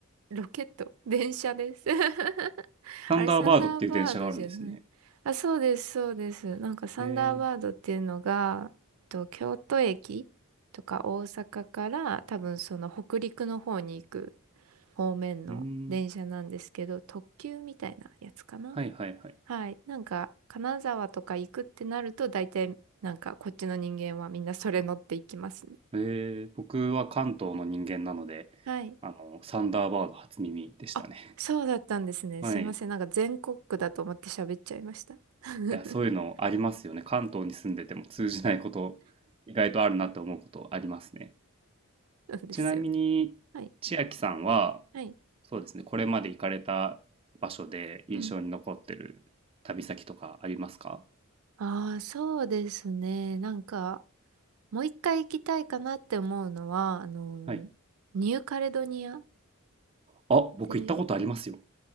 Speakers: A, on the right; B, on the right.
A: えロケット電車です。<laughs>
B: サンダーバードっていう電車があるんですね。
A: あれ、サンダーバードじゃない。あ、そうです、そうです。なんかサンダーバードっていうのが、
B: え
A: えっと、京都駅とか大阪から多分その北陸の方に行く方面の電車なんですけど、
B: ー、うーん。
A: 特急みたいなやつかな。
B: はいはいはい。
A: はい。なんか、金沢とか行くってなると、大体、なんかこっちの人間はみんなそれ乗っていきますね。
B: えー、僕は関東の人間なので、
A: はい。
B: あの、サンダーバード初耳でしたね。
A: あ、そうだったんですね。
B: はい。
A: すいません。
B: い
A: なんか全国区だと思って喋っちゃいました。<laughs>
B: や、そういうのありますよね。関東に住んでても通じないこと、意外とあるなって思うことありますね。
A: そうですよね。
B: ちなみに千秋さんは
A: はい。はい。
B: そうですねこれまで行かれた場所で印象に残ってる旅先とかありますか
A: うん。ああ、そうですね。なんか、もう一回行きたいかなって思うのは、あのーニューカレドニアっ
B: はいあ僕行ったことありますよ
A: て、